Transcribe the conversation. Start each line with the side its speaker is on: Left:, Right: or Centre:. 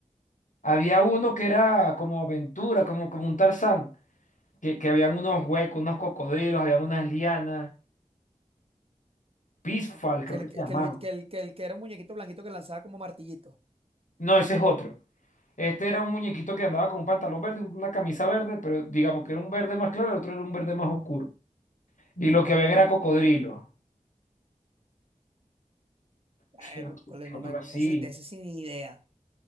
Left: Había uno que era como aventura, como, como un Tarzán, que, que habían unos huecos, unos cocodrilos, habían unas lianas, Peaceful, creo
Right: que el
Left: que se
Right: que,
Left: llamaba.
Right: que el, que el, que el que era un muñequito blanquito que lanzaba como martillito.
Left: No, ese es otro. Este era un muñequito que andaba con un pantalón verde, una camisa verde, pero digamos que era un verde más claro, el otro era un verde más oscuro. Y lo que habían era cocodrilos.
Right: Hércules,
Left: <laughs>
Right: no
Left: Otro
Right: me,
Left: así.
Right: ese- de ese sin idea.